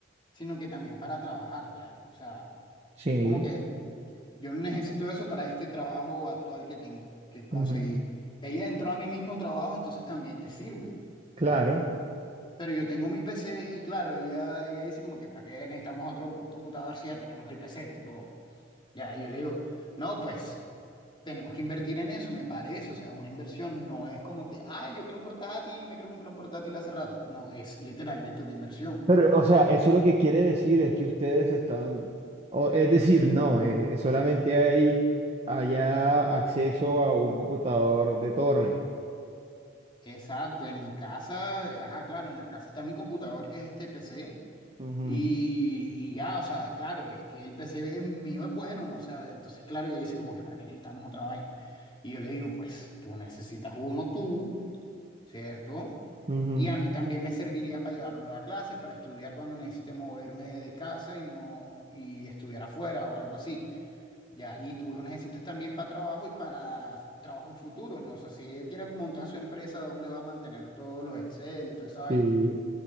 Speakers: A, on the left; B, on the right.
A: sino que también para trabajar ya. O sea,
B: Sí,
A: como que Mm. yo necesito eso para este trabajo actual que tengo, que conseguí.
B: ujú,
A: Ella entró a mi mismo trabajo, entonces también le sirve.
B: claro.
A: O sea, pero yo tengo mi PC y claro, ella, ella dice como que ¿para qué necesitamos otro pu- computador si ya tenemos el PC? Tipo, ya, y yo le digo, no, pues tenemos que invertir en eso, me parece, o sea, es una inversión, no es como que, ay, yo quiero un portátil, me quiero comprar un portátil hace rato, no, es literalmente una inversión.
B: Pero, o sea, eso lo que quiere decir es que ustedes están, o, es decir, no, eh, solamente hay allá acceso a un computador de torre.
A: Exacto, en mi casa, ajá, claro, en la casa está mi computador, que es este PC,
B: Ujú,
A: y, y ya, o sea, claro, es que el PC es- mío es bueno, ¿no? O sea, entonces, claro, ella dice como que, ¿para qué necesitamos otra vaina? Y yo le digo, pues tú necesitas uno tú, ¿cierto?
B: ujú.
A: Y a mí también me serviría para llevármelo a clase, para estudiar cuando necesite moverme de casa y no y estudiar afuera o algo así. Ya, y tú lo necesitas también para trabajo y para f- trabajos futuros, ¿no? O sea, si ella quiere montar su empresa, ¿dónde va a mantener todos los Excel y toda esa vaina?
B: Sí.